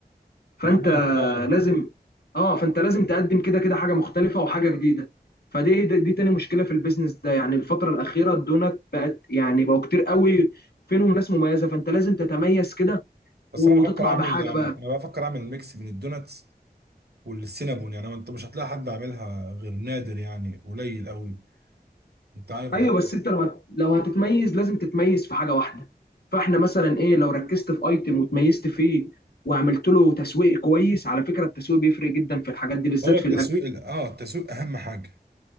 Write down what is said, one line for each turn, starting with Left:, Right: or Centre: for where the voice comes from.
Left: فانت
Right: معاك اه
Left: لازم اه فانت لازم تقدم كده كده حاجه مختلفه وحاجه جديده فدي دي دي تاني مشكله في البيزنس ده يعني الفتره الاخيره الدونات بقت يعني بقوا كتير قوي فينهم ناس مميزه فانت لازم تتميز كده
Right: بس
Left: وتطلع
Right: انا بفكر اعمل
Left: بحاجه
Right: يعني
Left: بقى
Right: انا بفكر اعمل ميكس بين الدوناتس والسينابون يعني انت مش هتلاقي حد عاملها غير نادر يعني قليل قوي انت عارف
Left: ايوه
Right: إيه؟
Left: بس انت لو هت- لو هتتميز لازم تتميز في حاجه واحده فاحنا مثلا ايه لو ركزت في ايتم وتميزت فيه وعملت له تسويق كويس على فكره التسويق بيفرق جدا في الحاجات دي بالذات
Right: هو التسويق
Left: في الاكل
Right: ال- اه التسويق اهم حاجه